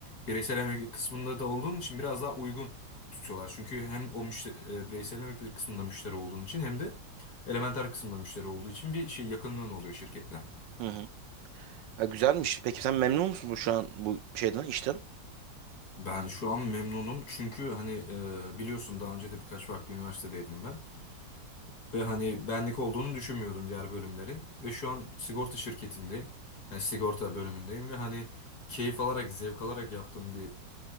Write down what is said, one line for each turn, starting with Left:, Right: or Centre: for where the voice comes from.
Left: bireysel emeklilik kısmında da olduğun için biraz daha uygun tutuyorlar. Çünkü hem o müşteri, e, bireysel emeklilik kısmında müşteri olduğun için hem de elementer kısmında müşteri olduğu için bir şey yakınlığın oluyor şirketle.
Right: Hı hı. E, güzelmiş. Peki sen memnun musun bu şu an bu şeyden işten?
Left: Ben şu an memnunum çünkü hani e, biliyorsun daha önce de birkaç farklı üniversitedeydim ben. Ve hani benlik olduğunu düşünmüyordum diğer bölümlerin. Ve şu an sigorta şirketindeyim. Yani sigorta bölümündeyim ve hani keyif alarak, zevk alarak yaptığım bir